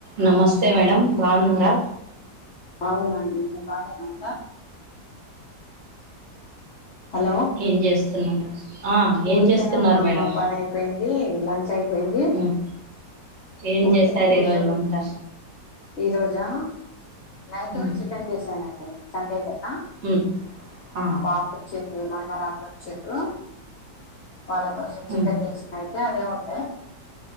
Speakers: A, on the right; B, on the left.
A: నమస్తే మేడం బావున్నారా
B: అవునండి మీరు బాగేనా అంతా హలో
A: ఏం చేస్తున్నారు ఆ ఏం
B: ఊరకనే
A: చేస్తున్నారు
B: ఉన్నామ్మా
A: మేడం
B: పనైపోయింది లం చైపేయింది
A: ఉమ్ ఏం
B: ఊర్కనే
A: చేశారు
B: కూర్చోన్
A: ఈరోజు వంట
B: ఈ రోజా నైటూ
A: ఉమ్
B: చికెన్ జేశానండి సండే గదా
A: ఉమ్ ఆ
B: పాపొచ్చింది మనవరాళ్ళొచ్చిండ్రు వాళ్ళ కోసం చికెన్
A: ఉమ్
B: జేస్ పెడ్తే అదే ఉండా